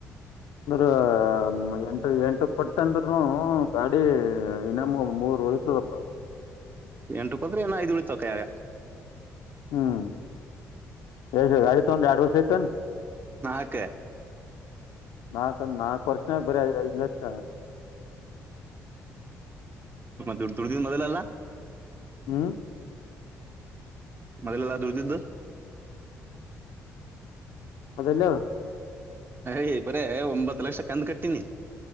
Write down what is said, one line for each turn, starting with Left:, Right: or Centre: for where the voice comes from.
Left: ಅಂದ್ರ ಎಂಟ ಎಂಟ ಕೊಟ್ಟ ಅಂದ್ರ ಗಾಡಿ ಇನ್ನಮ್ಮ ಮೂರ್ ರಳಡಪ್ಪಾ
Right: ಎಂಟಕ್ಕ ಹದ್ರೆ ಏನ ಐದು ಉಳತಕಾಗ
Left: ಹ್ಮ್ ಎ ಗಾಡಿ ತೊಂಡ ಆಡು ವರ್ಷ ಇಐತ
Right: ನಾಕು
Left: ನಾಕ ನಾಕು ವರ್ಷನಕ ಬರೀಐ ಐದ್ ಲಕ್ಷ
Right: ದೊಡ್ಡ ದೊಡ್ಡ ದನ್ ಮೊದ್ಲಲ್ಲ
Left: ಹ್ಮ್
Right: ಮನಲೆ ಎಲ್ಲ ದುಡ್ದಿದ್ದ
Left: ಅದಲ್ಲ
Right: ಯಿ ಬರೇ ಒಂಬತ್ ಲಕ್ಷ ಕಂದ್ ಕತೀನಿ